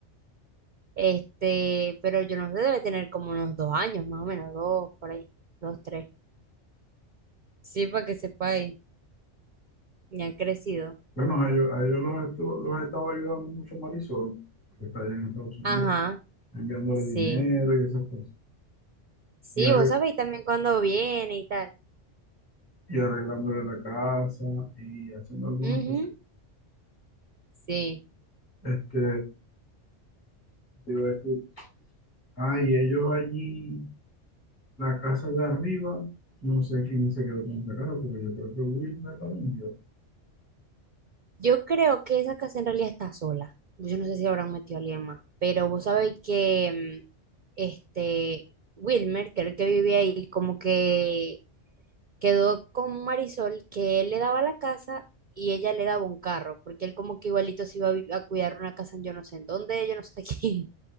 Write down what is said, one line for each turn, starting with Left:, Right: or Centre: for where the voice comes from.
Right: Este, pero yo no sé, debe tener como unos dos años, más o menos, dos, por ahí, dos, tres. Sí, para que sepáis, ya han crecido.
Left: Bueno, a ellos, a ellos los, estuvo- los estaba ayudando mucho Marisol, que está allá en Estados Unidos,
Right: Ajá,
Left: enviándole
Right: sí.
Left: dinero y esas cosas.
Right: Sí,
Left: Y, arre-
Right: vos sabéis también cuándo viene y tal.
Left: y arreglándole la casa y haciendo algunas
Right: Ujú,
Left: cosas.
Right: Sí.
Left: Este, te iba a decir, ah, y ellos allí, la casa de arriba, no sé quién se quedó con esa casa, porque yo creo que Wilmer la vendió.
Right: Yo creo que esa casa en realidad está sola. Yo no sé si habrán metido a alguien más, pero vos sabéis que mm, este Wilmer, que era el que vivía ahí, como que quedó con Marisol, que él le daba la casa y ella le daba un carro, porque él como que igualito se iba a, vi- a cuidar una casa en yo no sé en dónde, yo no sé <laughs> quién.